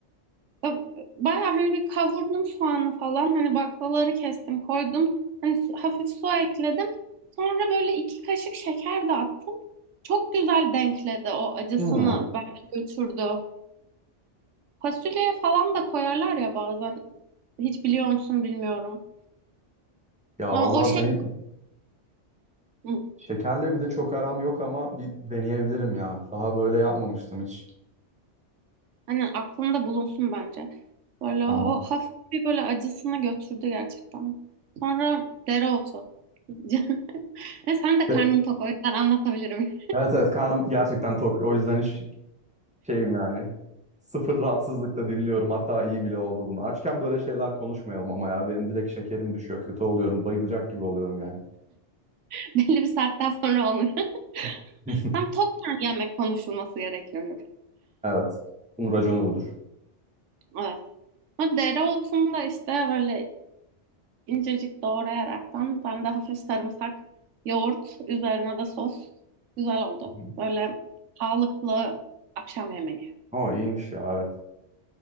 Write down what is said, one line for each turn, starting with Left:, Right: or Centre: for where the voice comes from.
Right: yaradı. Bayağı hani bir kavurdum soğanı falan. Hani baklaları kestim koydum. Hani su- hafif su ekledim. Sonra böyle iki kaşık şeker de attım. Çok güzel denkledi o acısını.
Centre: Hı.
Right: Bence götürdü. Fasulye falan da koyarlar ya bazen. Hiç biliyor musun bilmiyorum.
Centre: Ya
Right: Ama
Centre: vallahi
Right: o şey
Centre: ben
Right: Hı,
Centre: şekerle bir de çok aram yok ama bir deneyebilirim ya. Daha böyle yapmamıştım hiç.
Right: hani aklında bulunsun bence. Böyle
Centre: Tamam.
Right: o hafif bir böyle acısını götürdü gerçekten. Sonra dereotu. <laughs> Ve sen de karnın
Centre: Ve-
Right: tok o yüzden anlatabilirim.
Centre: Evet evet karnım gerçekten tok. O yüzden hiç şeyim yani. Sıfır rahatsızlıkla dinliyorum. Hatta iyi bile oldu bunu. Açken böyle şeyler konuşmayalım ama ya. Benim direkt şekerim düşüyor. Kötü oluyorum. Bayılacak gibi oluyorum yani.
Right: <laughs> Belli bir saatten sonra olmuyor. <laughs>
Centre: <laughs>
Right: Tam toptan yemek konuşulması gerekiyor. gibi.
Centre: Evet. Bunun raconu budur.
Right: Evet. Ama dereotunda işte böyle incecik doğrayaraktan ben de hafif sarımsak, yoğurt, üzerine de sos. Güzel oldu.
Centre: Hı.
Right: Böyle sağlıklı akşam yemeği
Centre: Ama iyiymiş ya evet.